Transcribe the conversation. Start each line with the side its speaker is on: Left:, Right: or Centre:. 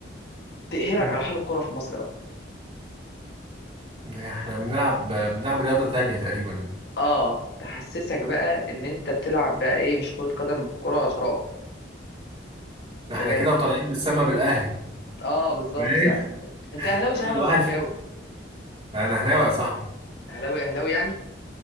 Left: تقهرك
Right: مم.
Left: على حال الكوره في مصر بقى
Right: ده احنا بنلعب بنلعب رياضه تانية تقريبا
Left: اه تحسسك بقى ان انت بتلعب بقى ايه مش كره قدم كره شراب
Right: ده
Left: بجد
Right: احنا كده وطالعين بالسما بالاهلي
Left: اه بالظبط
Right: فاهم
Left: يعني انت اهلاوي
Right: <laughs>
Left: صحيح
Right: الواحد
Left: ولا زملكاوي
Right: ده انا هناوي يا صاحبي
Left: اهلاوي اهلاوي يعني